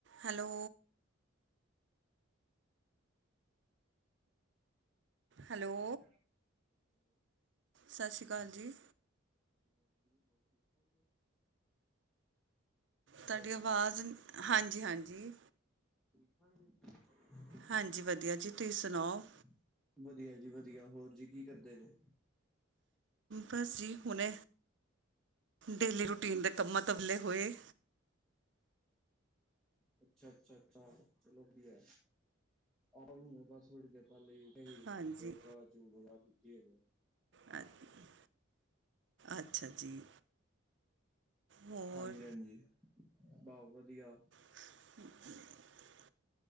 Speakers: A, on the right; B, in the centre.
A: Hello hello
B: hello
A: ਸਤਿ ਸ਼੍ਰੀ ਅਕਾਲ ਜੀ।
B: ਸਤਿ ਸ਼੍ਰੀ ਅਕਾਲ ਜੀ ਹੋਰ ਠੀਕ ਠਾਕ ਜੇ
A: ਤੁਹਾਡੀ ਆਵਾਜ਼ ਹਾਂਜੀ-ਹਾਂਜੀ।
B: <inaudible>
A: ਹਾਂਜੀ ਵਧੀਆ ਜੀ ਤੁਸੀਂ ਸੁਣਾਓ
B: ਵਧੀਆ ਜੀ ਵਧੀਆ ਹੋਰ ਜੀ ਕੀ ਕਰਦੇ ਜੇ
A: ਬਸ ਜੀ ਹੁਣੇ ਡੇਲੀ ਰੂਟੀਨ ਦੇ ਕੰਮਾਂ ਤੋਂ ਵਿਹਲੇ ਹੋਏ।
B: ਅੱਛਾ-ਅੱਛਾ-ਅੱਛਾ ਚਲੋ ਵਧੀਆ ਆਟੋ ਲੈਨੇ ਆ ਬਸ ਥੋੜੀ 'ਚ ਪਾਰਲੇ ਜੀ ਹੈਗੀ ਹੀ
A: ਹਾਂਜੀ
B: ਤੇੇ ਚਾਹ ਚੂ ਪੀਤੀ ਹੈਗਾ।
A: ਹਾਂਜੀ ਅੱਛਾ ਜੀ। ਹੋਰ
B: ਹਾਂਜੀ-ਹਾਂਜੀ ਬੋ ਵਧੀਆ
A: <inaudible>